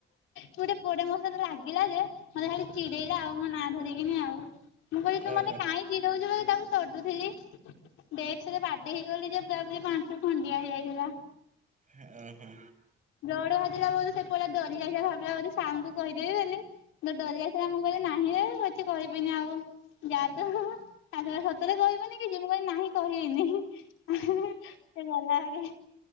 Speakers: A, on the left (about 90°); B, on the right (about 40°).
A: ଗୋଟେ ପୁଅ ଟେ ମୋ ସହିତ ଲାଗିଲା ଯେ ମତେ ଖାଲି ଚିଡେଇଲା ଆଉ ମୋ ନା ଧରିକିନି ଆଉ ମୁଁ କହିଲି ତୁ
B: ଓହୋ
A: ମତେ କାଇଁ ଚିଡଉଛୁ ବୋଲି ତାକୁ ତଡୁଥିଲି ଡେସ୍କ ରେ ବାଡ଼ ବାଡେଇ ହେଇଗଲି ଯେ ପୁରା ପୁରି ମୋ ଆଠୁ ଖଣ୍ଡିଆ ହେଇଯାଇଥିଲା।
B: ହେ ଆ ହେ
A: ବ୍ଲଡ ବାଜିଲା ବହୁତ ସେ ପୁଅ ଡରି ଯାଇଥିଲା ଭାବିଲା ବୋଧେ ସାର୍ ଙ୍କୁ କହିଦେବି ବୋଲି ଯଉ ଡରି ଯାଇଥିଲା ମୁଁ କହିଲି ନାହିଁ ରେ କଛି କହିବିନି ଆଉ ଯା ତୁ, <unintelligible> ସତରେ କହିବୁନି କିଛି ମୁଁ କହିଲି ନାହିଁ କହିବିନି। ସେ ଗଲାହରି